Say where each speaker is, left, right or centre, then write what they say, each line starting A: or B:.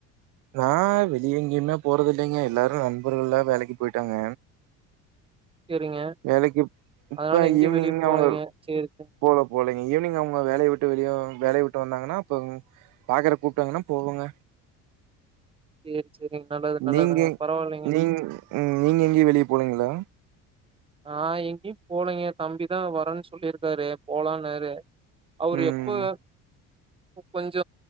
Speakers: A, on the right; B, on the right.
A: நா வெளியே எங்கேயுமே போறத இல்லிங்க எல்லாரும் நண்பர்கள்ல்லாம் வேலைக்கு போயிட்டாங்க
B: செரிங்க
A: வேலைக்கு இப்ப
B: அதனால எங்கயு
A: ஈவினிங்
B: வெளிய போலீங்க
A: அவங்க
B: செரி செரி
A: போல போலங்க ஈவினிங் அவங்க வேலைய விட்டு வெளிய வேலைய விட்டு வந்தாங்கன்னா அப்ப பாக்குறகு கூப்டாங்கன்னா போவங்க
B: சேரி சேரிங்க நல்லது நல்லதுங்க
A: நீங்க
B: பரவால்லைங்க.
A: நீ உம் நீங்க எங்கயும் வெளிய போலீங்களா
B: ஆஹ் எங்கேயு போலிங்க தம்பிதா வரன்னு சொல்லியிருக்காரு போலானாரு அவரு
A: ம்.
B: எப்ப கொஞ்ச